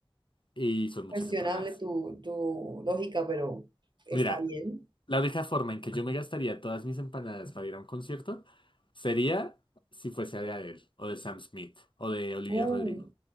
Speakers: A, on the left; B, on the right.
A: Y son muchas
B: Cuestionable
A: empanadas.
B: tu, tu lógica, pero está
A: Mira,
B: bien.
A: la única forma en que yo me gastaría todas mis empanadas para ir a un concierto sería si fuese de Adele, o de Sam Smith, o de Olivia
B: Uh,
A: Rodrigo.